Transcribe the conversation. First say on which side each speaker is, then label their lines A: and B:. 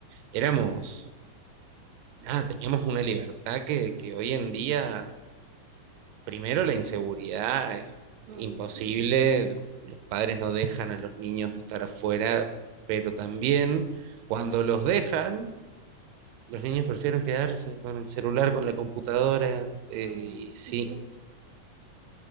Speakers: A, on the right; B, on the right.
A: éramos, ah, teníamos una libertad que, que hoy en día... Primero, la inseguridad es
B: Uy,
A: imposible,
B: sí,
A: lo- los padres no dejan a los niños estar afuera, pero también cuando los dejan, los niños prefieren quedarse con el celular, con la computadora, eh,
B: uy,
A: y sí.
B: sí.